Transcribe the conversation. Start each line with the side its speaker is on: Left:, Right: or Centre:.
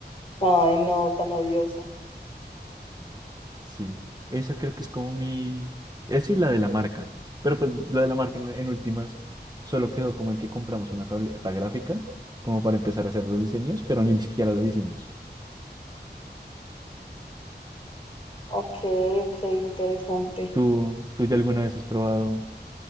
Left: Ay, no, tan odioso.
Right: Sí, esa creo que es como mi... Esa y la de la marca. Pero pues la de la marca en, en últimas solo quedó como en que compramos una tableta gráfica como para empezar a hacer los diseños, pero ni siquiera los hicimos.
Left: Ok, ok, interesante.
Right: ¿Tú, tú ya alguna vez has probado